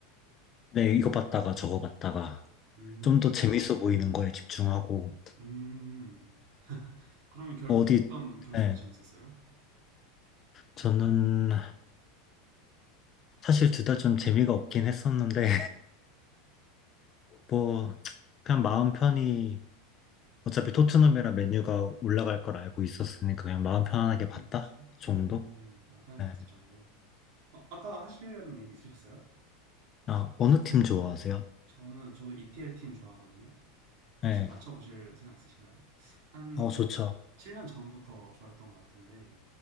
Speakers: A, on the left; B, on the right.
A: 네, 이거 봤다가 저거 봤다가,
B: 음,
A: 좀 더 재밌어 보이는 거에 집중하고,
B: 음. 그러면 결국
A: 어디,
B: 어떤 경기가
A: 네.
B: 더 재밌었어요?
A: 저는 사실 둘 다 좀 재미가 없긴 했었는데, 뭐 그냥 마음 편히 어차피 토트넘이랑 맨유가 올라갈 걸 알고 있었으니까 그냥 마음 편안하게 봤다
B: 어, 그렇죠.
A: 정도?
B: 음, 마음 편하게
A: 네.
B: 봤을 정도. 어, 아까 하시려는 얘기 있으셨어요?
A: 아, 어느 팀 좋아하세요?
B: 저는 저도 EPL 팀 좋아하거든요.
A: 네.
B: 혹시 맞춰보실 생각 있으신가요? 한
A: 어, 좋죠.
B: 7년 전부터 좋아했던 것 같은데,